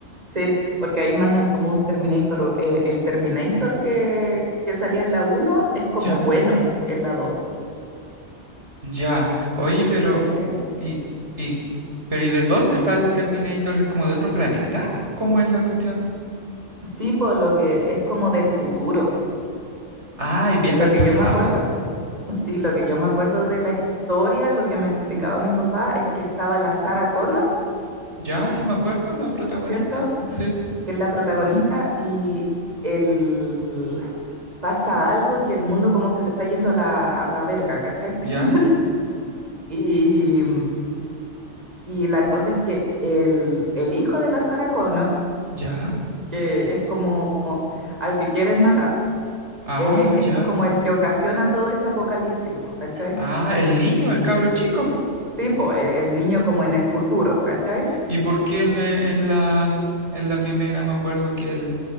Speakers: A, on the right; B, on the right.
A: Sí, porque ahí mandan como un Terminator. eh, el Terminator que, que salía en la uno es como
B: ¿Ya?
A: bueno en la dos,
B: Ya. Oye, pero,
A: ¿Caché?
B: ¿y, y, pero, ¿y de dónde está el Terminator? ¿Es como de otro planeta? ¿Cómo es la cuestión?
A: Sí, por lo que es como del futuro.
B: Ay, viaja
A: Lo
B: al
A: que
B: pasado.
A: yo me acuerdo, sí, lo que yo me acuerdo de la historia, lo que me explicaba mi papá es que estaba la Sarah Connor,
B: Ya, sí me acuerdo, la protagonista.
A: ¿cierto?
B: Sí.
A: Que es la protagonista y el, el- pasa algo que el mundo como que se está yendo a la, a la verga, ¿cachai?
B: Ya,
A: <laughs> Y Y la cosa es que el, el hijo de la Sarah Connor,
B: ya.
A: que es como al que quieren matar,
B: Ah,
A: eh, es
B: ya.
A: como el que ocasiona todo ese apocalipsis, pues, ¿cachai?
B: Ah, el niño, el cabro chico.
A: Sí, pues, el, el niño como en el futuro, ¿cachai?
B: ¿Y por qué en, eh, en la, en la primera me acuerdo que el,